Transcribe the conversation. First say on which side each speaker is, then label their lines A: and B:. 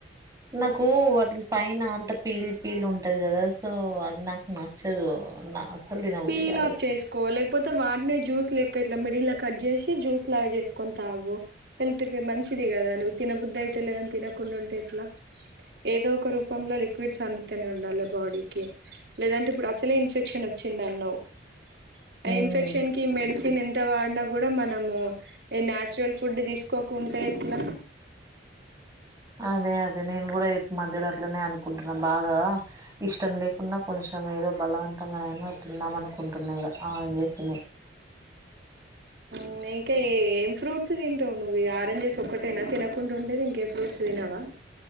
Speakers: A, on the right (about 20°); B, on the right (about 60°).
A: నాకు వాటిని పైన అంత పీలు పీలు ఉంటది కదా సో అది నాకు నచ్చదు నా అస్సలు తినబుద్ధి
B: పీల్
A: కాదు
B: ఆఫ్ చేసుకో లేకపోతే వాటి జ్యూస్ లెక్క ఇట్లా మిడిల్ కట్ చేసి జ్యూస్ లాగా చేసుకుని తాగు హెల్త్ కి మంచిది కదాని తినబుధయితలేదని తినకండా ఉంటె ఎట్లా ఏదో ఒక రూపంలో లిక్విడ్స్ అందితనే ఉండాలి బాడీకి లేదంటే ఇప్పుడు అసలే ఇన్ఫెక్షన్ చ్చిందన్నవ్ ఆ
A: ఉమ్
B: ఇన్ఫెక్షన్కీ మెడిసిన్ న్ ఎంత వాడినా కూడా మనము నచురల్ ఫుడ్ తీసుకో టె ఎట్లా
A: అదే అదే నేను కూడా మధ్యలట్లనే అనుకుంటున్నా బాగా ఇష్టం లేకుండా కొంచెం ఏదో బలం అంతంగాన అయినా తిందామ అనుకుంటున్నాయిగ ఆరెంజస్ ని
B: మ్ ఇంక ఏ ఏం ఫ్రూట్స్ తింటావు నువ్వు ఈ ఆరెంజెస్ ఒక్కటేనా తినకుండా ఉండేది ఇంకే ఫ్రూట్స్ తినవా